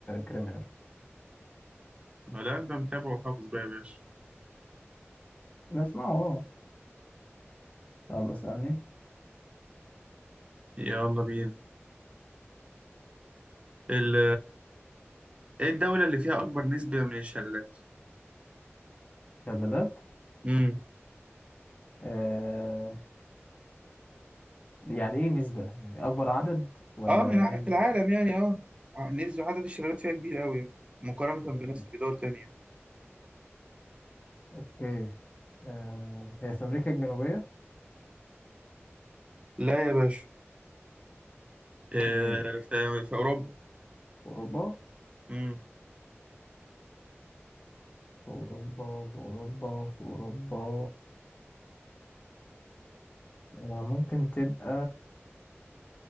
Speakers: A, on the left; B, on the right.
A: كريمينال
B: لا أنت متابع وحافظ بقى يا باشا
A: بسمعه أه يلا اسألني
B: يلا بينا ال... إيه الدولة اللي فيها أكبر نسبة من الشلالات؟
A: شلالات
B: امم
A: آه يعني إيه نسبة يعني أكبر عدد ولا
B: اه من ع-
A: نسبة
B: في العالم يعني اه ع- نسبة عدد الشلالات فيها كبير قوي يعني مقارنة
A: مم.
B: بناس بدول تانية
A: أوكي آه هي في أمريكا الجنوبية
B: لا يا باشا آه،
A: أوكي
B: في في أوروبا
A: في أوروبا
B: امم
A: في أوروبا في أوروبا في أوروبا آه، ممكن تبقى